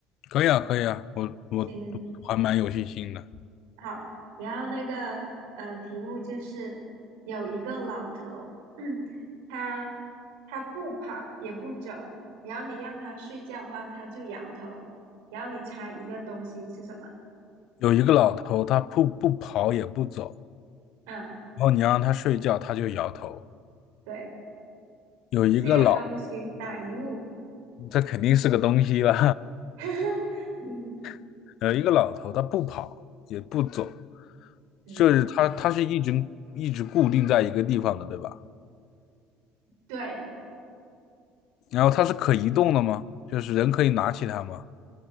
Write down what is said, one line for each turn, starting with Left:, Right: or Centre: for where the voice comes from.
Left: 可以啊，可以啊，我我
Right: 行，
Left: 我还蛮有信心的。
Right: 好，然后那个呃，题目就是有一个老头，嗯，他他不跑也不走，然后你让他睡觉的话，他就摇头，然后你猜一个东西是什么？
Left: 有一个老头，他不不跑也不走，
Right: 嗯，
Left: 然后你让他睡觉，他就摇头。
Right: 对，
Left: 有一个老，
Right: 是一个东西，打一物。
Left: 这肯定是个东西了。
Right: <laughs> 嗯
Left: <laughs> 有一个老头，他不跑也不走，
Right: 嗯，
Left: 就是他他是一直一直固定在一个地方的，对吧？
Right: 对，
Left: 然后他是可移动的吗？就是人可以拿起它吗？